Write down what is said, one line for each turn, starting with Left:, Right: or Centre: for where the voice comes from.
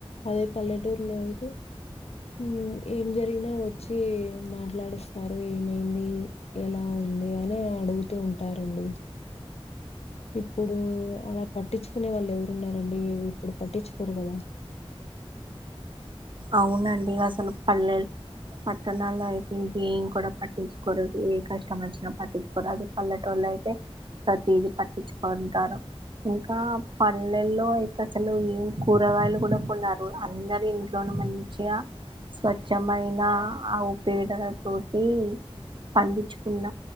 Left: అదే పల్లెటూర్లో అయితే ఉమ్ ఏం జరిగినా వచ్చీ మాట్లాడిస్తారు ఏమైంది ఎలావున్ ఉంది అని అడుగుతూ ఉంటారండి ఇప్పుడు అలా పట్టిచ్చుకునే వాళ్ళు ఎవరున్నారండి ఇప్పుడు పట్టించుకోరు గదా
Right: అవునండి అసలు పల్లెల్ పట్టనాళ్ళ ఐతింకేం కూడ పట్టించుకోరు ఏ కష్టమచ్చిన పట్టించుకోరు అదే పల్లెటూర్ల అయితే ప్రతీది పట్టించుకుంటారు ఇంకా పల్లెల్లో అయితే అసలు ఏం కూరగాయలు కూడ కొనరు అందరు ఇంట్ ట్లోనే మంచిగా స్వచ్ఛమైన ఆవు పేడల తోటి పండిచ్చుకున్న